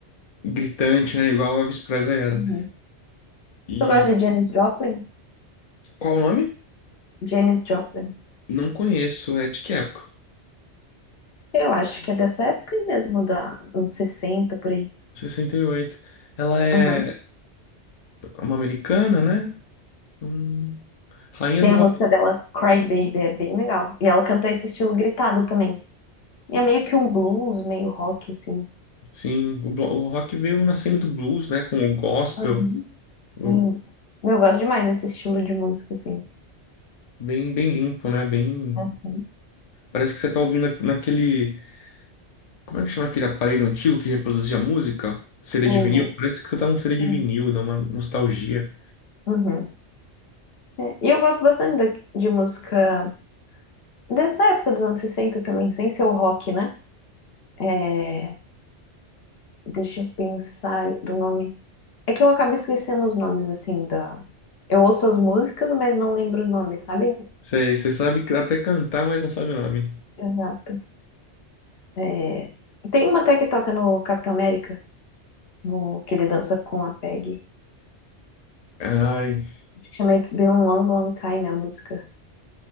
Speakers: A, on the left (about 50°); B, on the left (about 65°).
A: gritante, né? Igual o Elvis Presley era.
B: Uhum.
A: E
B: Tu gosta de Janis Joplin?
A: qual o nome?
B: Janis Joplin.
A: Não conheço, é de que época?
B: Eu acho que é dessa época aí mesmo, da anos 60 por aí.
A: 68. Ela é
B: Aham.
A: uma americana, né? Hum, rainha
B: Tem
A: do rock.
B: a música dela, Cry Baby, é bem legal. E ela canta esse estilo gritado também. E é meio que um blues, meio rock, assim.
A: Sim, o, blo- o rock veio nascendo do blues, né? Com o gospel,
B: Uhum. Sim.
A: o-
B: Eu gosto demais desse estilo de música, assim.
A: bem, bem limpo, né? Bem
B: Uhum.
A: Parece que você tá ouvindo na- naquele. Como é que chama aquele aparelho antigo que reproduzia música? CD
B: O-
A: de vinil? Parece que você tá num CD de
B: Sim.
A: vinil, dá uma nostalgia.
B: Uhum. É, E eu gosto bastante da- de música dessa época dos anos 60 também, sem ser o rock, né? É, deixa eu pensar do nome. É que eu acabo esquecendo os nomes, assim, da... Eu ouço as músicas, mas não lembro o nome, sabe?
A: Você, você sabe que- até cantar, mas não sabe o nome.
B: Exato. É, Tem uma até que toca no Capitão América, no... que ele dança com a Peggy.
A: Ai,
B: Acho que Chama It's Been a Long, Long Time, a música.